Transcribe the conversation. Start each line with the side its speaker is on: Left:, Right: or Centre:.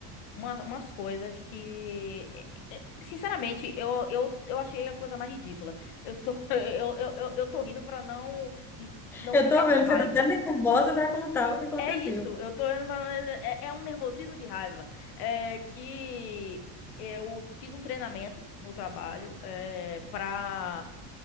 Left: uma- umas coisas que, é, é, sinceramente, eu... Eu... eu achei a coisa mais ridícula. Eu estou... <laughs> eu... Eu... eu eu tô rindo pra não... não
Centre: Eu
Left: ficar
Centre: tô vendo
Left: com raiva.
Centre: que você tá até nervosa pra contar o que aconteceu,
Left: É isso, eu tô é, é um nervosismo de raiva. É que eu fiz um treinamento no trabalho é, pra